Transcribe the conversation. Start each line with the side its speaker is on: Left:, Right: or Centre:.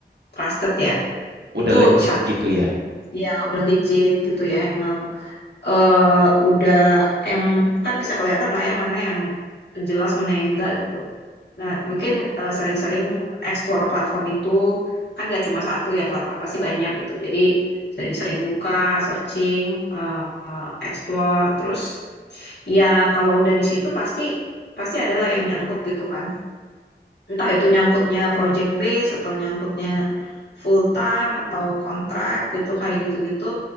Left: trusted ya.
Right: Udah
Left: Itu
Right: legit
Left: satu,
Right: gitu ya.
Left: ya udah legit gitu ya, emang eh udah yang kan bisa kelihatan lah ya mana yang jelas mana yang enggak gitu. Nah, mungkin eh, sering-sering explore platform itu kan nggak cuma satu ya platform pasti banyak gitu. Jadi sering-sering buka, searching, eh, eh, explore, terus ya kalau udah di situ pasti pasti adalah yang nyangkut gitu kan. Entah itu nyangkutnya project base atau nyangkutnya full time atau kontrak gitu kayak gitu-gitu.